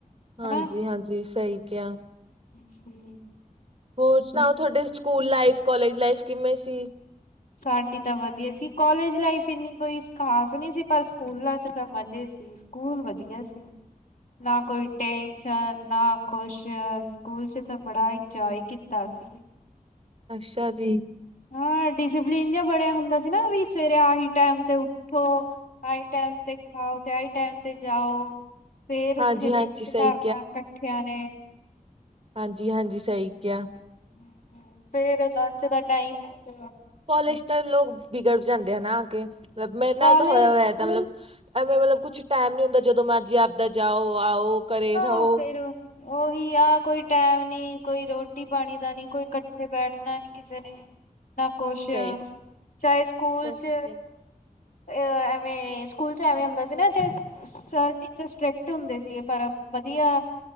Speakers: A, on the right; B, on the left.
A: ਹਾਂਜੀ,
B: ਹਨਾ।
A: ਹਾਂਜੀ, ਸਹੀ ਕਿਹਾ।
B: ਹਾਂਜੀ।
A: ਹੋਰ ਸੁਣਾਓ, ਤੁਹਾਡੇ ਸਕੂਲ ਲਾਈਫ, ਕਾਲਜ ਲਾਈਫ ਕਿਵੇਂ ਸੀ।
B: ਸਾਡੀ ਤਾਂ ਵਧੀਆ ਸੀ, ਕਾਲਜ ਲਾਈਫ ਇੰਨੀ ਕੋਈ ਖ਼ਾਸ ਨਹੀਂ ਸੀ, ਪਰ ਸਕੂਲਾਂ ਚ ਤਾਂ ਮਜ਼ੇ ਸੀ। ਸਕੂਲ ਵਧੀਆ ਸੀ, ਨਾ ਕੋਈ ਟੇ ਨਾ ਕੁਛ, ਸਕੂਲ ਚ ਤਾਂ ਬੜਾ ਇੰਜੋਇ ਕੀਤਾ ਅਸੀ।
A: ਅੱਛਾ ਜੀ।
B: ਹਾਂ, ਡਿਸਿਪਲਿਨ ਜਿਹਾ ਬਣਿਆ ਹੁੰਦਾ ਸੀ ਨਾ ਵੀ ਸਵੇਰੇ ਆ ਹੀ ਟਾਈਮ ਤੇ ਉ ਉੱਠੋ, ਆਈ ਟਾਈਮ ਤੇ ਖਾਓ, ਤੇ ਆਈ ਟਾਈਮ ਤੇ ਜਾਓ। ਫੇਰ ਉੱਥੇ
A: ਹਾਂਜੀ-ਹਾਂਜੀ
B: ਲੰਚ
A: ਸਹੀ
B: ਕਰਨਾ ਇਕੱਠਿਆਂ ਨੇ।
A: ਹਾਂਜੀ, ਹਾਂਜੀ ਸਹੀ ਕਿਹਾ।
B: ਹੂੰ, ਫੇਰ ਲੰਚ ਦਾ ਟਾਈਮ ਇੱਕ
A: ਕੋਲੇਜ ਤਾਂ ਲੋਕ ਬਿਗੜ ਜਾਂਦੇ ਆ ਨਾ ਆ ਕੇ, ਮਤਲਬ ਮੇਰੇ ਨਾਲ
B: ਕਾਲਜ
A: ਤਾਂ ਹੋਇਆ ਹੋਇਆ ਏਦਾ ਦਾ। ਐਵੇਂ ਮਤਲਬ ਕੁਛ ਟਾਈਮ ਨੀ ਹੁੰਦਾ, ਜਦੋਂ ਮਰਜ਼ੀ ਆਪਦਾ ਜਾਓ ਆਓ ਘਰੇ। ਰਹੋ
B: ਆ ਫੇਰ ਉਹੀ ਆ, ਕੋਈ ਟੈਮ ਨੀ, ਕੋਈ ਰੋਟੀ -ਪਾਣੀ ਦਾ ਨੀ, ਕੋਈ ਇਕੱਠੇ ਬੈਠਣਾ ਨੀ। ਕਿਸੇ ਨੇ ਨਾ ਕੁਛ,
A: ਸਹੀ
B: ਚਾਹੇ ਸਕੂਲ
A: ਸਹੀ
B: ਚ
A: ਕਿਹਾ
B: ਅ, ਐਵੇਂ ਸਕੂਲ ਚ ਐਵੇਂ ਹੁੰਦਾ ਸੀ ਨਾ ਜਿਸ ਸਰ -ਟੀਚਰ ਸਟ੍ਰਿਕਟ ਹੁੰਦੇ ਸੀਗੇ, ਪਰ ਵਧੀਆ